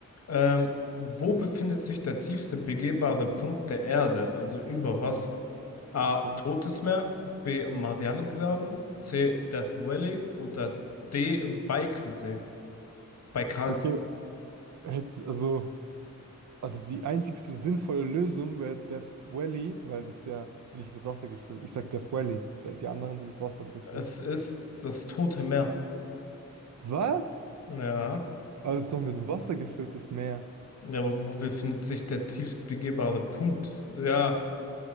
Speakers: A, on the left (about 55°); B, on the right (about 70°).
A: Ähm, wo befindet sich der tiefste begehbare Punkt der Erde? Also über Wasser?
B: Hm,
A: A.
B: Okay.
A: Totes Meer. B. Marianengraben. C. Death Valley. Oder D. Baikalsee. Baikalsee.
B: Okay. Hätte, also, also die einzigste sinnvolle Lösung wäre Death Valley, weil das ist ja nicht mit Wasser gefüllt. Ich sag Death Valley, da- die anderen sind mit Wasser gefüllt.
A: Es ist das Tote Meer.
B: Was?
A: Ja.
B: Also es ist doch mit Wasser gefülltes Meer.
A: Ja, aber wo befindet sich der tiefst begehbare Punkt? Ja,